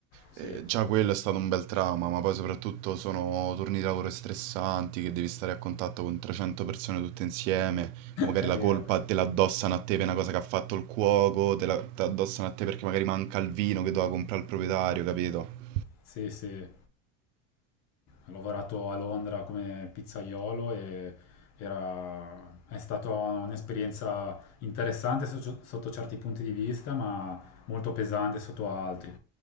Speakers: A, on the left; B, on the right.
A: Sì,
B: eh,
A: <laughs>
B: già quello è stato un bel trauma, ma poi soprattutto sono turni di lavoro stressanti, che devi stare a contatto con 300 persone tutte insieme, poi magari
A: è
B: la
A: vero.
B: colpa te la addossano a te per una cosa che ha fatto il cuoco, te la te la addossano a te perché magari manca il vino che doveva comprare il proprietario, capito?
A: Sì, sì. Ho lavorato a Londra come pizzaiolo e era- è stata un'esperienza interessante so- sotto certi punti di vista, ma molto pesante sotto altri.